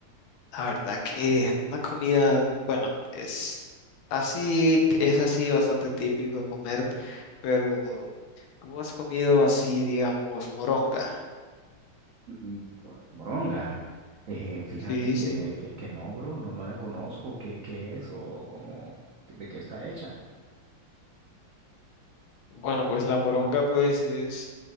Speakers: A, on the left (about 75°); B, on the right (about 85°).
A: La verdad que una comida, bueno, es así, es así bastante típico comer, pero ¿tú has comido así, digamos, moronga?
B: Mm, pues, Moronga, eh, fíjate
A: Sí,
B: que,
A: sí.
B: que, que no, bro, no, no la conozco, ¿qué, qué es o cómo, de qué está hecha?
A: Bueno, pues la moronga, pues es,